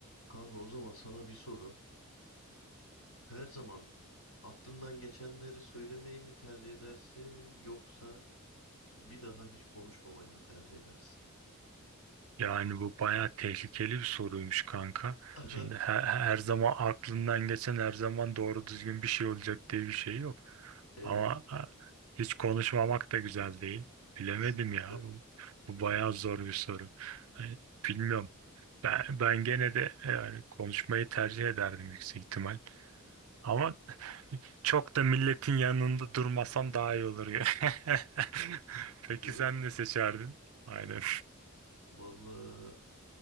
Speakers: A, on the left; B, on the right.
A: Kanka o zaman sana bir soru. Her zaman aklından geçenleri söylemeyi mi tercih edersin yoksa bir daha hiç konuşmamayı mı tercih edersin?
B: Yani bu bayağı tehlikeli bir soruymuş kanka.
A: <laughs>
B: Şimdi her, her zaman aklından geçen her zaman doğru düzgün bir şey olacak diye bir şey yok.
A: Evet,
B: Ama ha, hiç konuşmamak da güzel değil. Bilemedim
A: sıkıntı,
B: ya. Bu, bu bayağı zor bir soru. Hani bilmiyorum. Ben, ben gene de e, yani konuşmayı tercih ederdim yüksek ihtimal. Ama <laughs> çok da milletin yanında durmasam daha iyi olur ya. <laughs>
A: değil
B: Peki sen
A: mi?
B: ne seçerdin? Aynen.
A: Vallahi